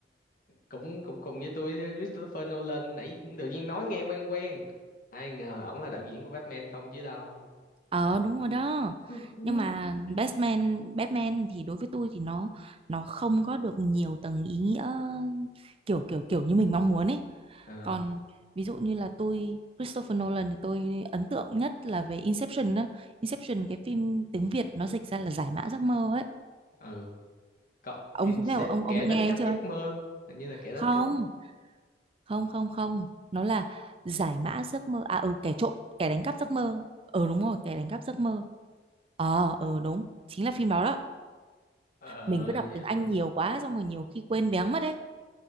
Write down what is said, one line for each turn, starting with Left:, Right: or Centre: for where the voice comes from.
Left: cũng cũng cùng với tôi với Christopher Nolan nãy tự nhiên nói nghe quen quen ai ngờ ổng là đạo diễn của Batman không chứ đâu
Right: ờ đúng rồi đó
Left: <laughs>
Right: nhưng mà Batman Batman thì đối với tôi thì nó nó không có được nhiều tầng ý nghĩa kiểu kiểu kiểu như mình mong muốn ấy
Left: ờ
Right: còn ví dụ như là tôi Christopher Nolan thì tôi ấn tượng nhất là về Inception đó Inception cái phim tiếng Việt nó dịch ra là giải mã giấc mơ ấy
Left: ừ có
Right: ông
Left: Incept
Right: có biết ông ông
Left: kẻ
Right: đã
Left: đánh
Right: nghe
Left: cắp
Right: ấy chưa
Left: giấc mơ hình như là kẻ đánh
Right: không
Left: cắp
Right: không không không nó là giải mã giấc mơ à ừ kẻ trộm kẻ đánh cắp giấc mơ ừ đúng rồi kẻ đánh cắp giấc mơ ờ ừ đúng chính là phim đó đó
Left: ờ
Right: mình cứ đọc
Left: nhớ,
Right: tiếng Anh nhiều quá xong rồi nhiều khi quên béng mất đấy